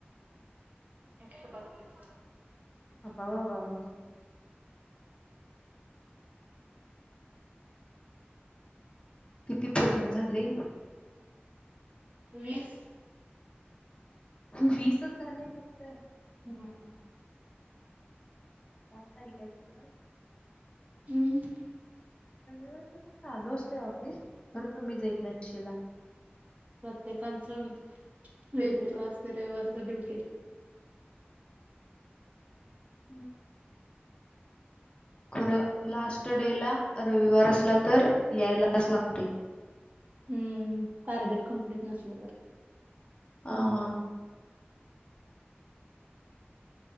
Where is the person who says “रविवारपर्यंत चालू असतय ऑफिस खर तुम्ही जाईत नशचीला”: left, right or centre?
Left